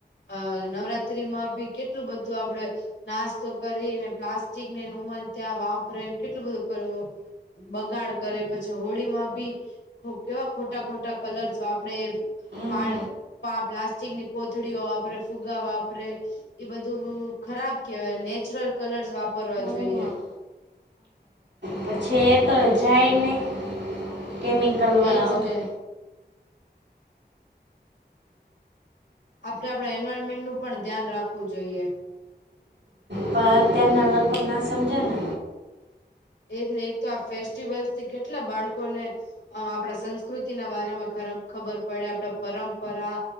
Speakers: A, on the left; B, on the right.
A: અ નવરાત્રી માં બી કેટલું બધું આપડે નાસ્તો કરીને પ્લાસ્ટિક ને ઉમન ત્યાં વાપરે કેટલું બધું કર બગાડ કરે પછી હોળી માં ભી કેવા ખોટા ખોટા કલર જ આપડે
B: હમ
A: પાણી પા પ્લાસ્ટિક ની કોથળીઓ વાપરે ફુગા વાપરે એ બધું ખરાબ કેવાય નેચરલ કલર્સ વાપરવા
B: હમ
A: જોઈએ.
B: પછી એ તો જાય નહી કેમિકલ વાળા
A: એજ
B: હોય.
A: ને આપડે એન્વાયરમેન્ટ નું પણ ધ્યાન રાખવું જોઈએ.
B: પણ અત્યારના લોકો ના સમજે ને.
A: એજ ને એક તો આ ફેસ્ટિવલ થી કેટલા બાળકોને આમ આપણા સંસ્કૃતિ ના બારામાં ખરબ ખબર પડે આપડા પરંપરા